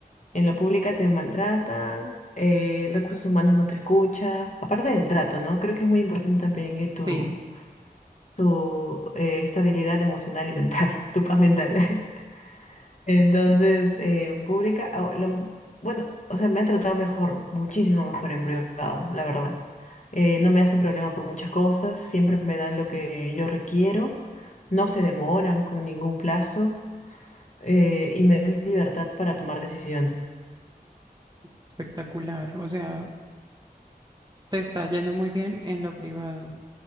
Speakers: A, on the left; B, on the right.
A: En la pública te maltratan, eh, recursos humanos no te escucha. Aparte del trato, ¿no? Creo que es muy importante también que tu,
B: Sí,
A: tu eh, estabilidad emocional y mental, <laughs> tu paz mental. <laughs> Entonces, eh, en pública, ah, lo- bueno, o sea, me han tratado mejor, muchísimo mejor en privado, la verdad. Eh, no me hacen problema por muchas cosas, siempre me dan lo que yo requiero, no se demoran con ningún plazo eh, y me dan libertad para tomar decisiones.
B: espectacular. O sea, te está yendo muy bien en lo privado.